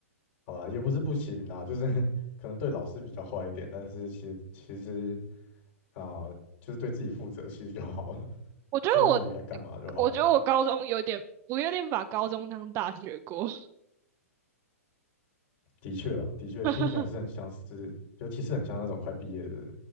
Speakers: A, on the left; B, on the right.
A: 好吧，也不是不行啊，就是 <laughs> 可能对老师比较坏一点，但是其实其实啊、就是对自己负责其实就好了，<laughs>
B: 我觉得我，
A: 知道自己该干嘛就好了。
B: 我觉得我高中有点，我有点把高中当大学过。
A: 的确啦，的确听起来是很像是，
B: <laughs>
A: 尤其是很像那种快毕业的人。